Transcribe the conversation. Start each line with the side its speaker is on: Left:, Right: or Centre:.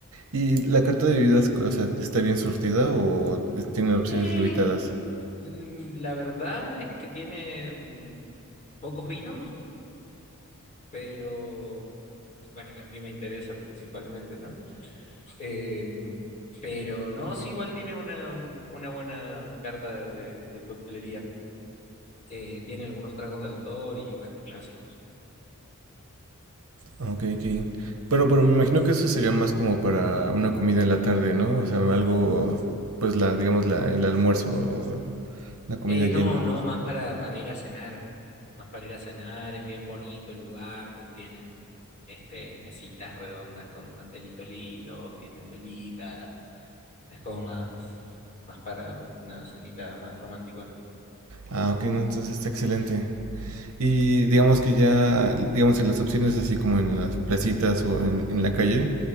Right: y la carta de bebidas, o sea, está bien surtida o tiene opciones
Left: Eh,
Right: limitadas?
Left: mm, la verdad es que tiene mm, pocos vinos, pero bueno, que a mí me interesa principalmente, ¿no? Eh, pero no, sí, igual tiene una, mm, una buena carta de, de coctelería. Eh, tiene algunos tragos de autor y, bueno, clásicos.
Right: Ok, ok. Bueno, pero me imagino que eso sería más como para una comida en la tarde, ¿no? O sea, algo, pues la, digamos, la, el almuerzo o la comida
Left: Eh, no,
Right: llena.
Left: no, más para, para ir a cenar. Más para ir a cenar, es bien bonito el lugar, te- tienen este, mesitas redondas con mantelitos lindos, tienen velitas. Es como más, más para una cenita más romanticona.
Right: Ah, ok, no, entonces está excelente. Y digamos que ya, digamos en las opciones, así como en las placitas o en, en la calle,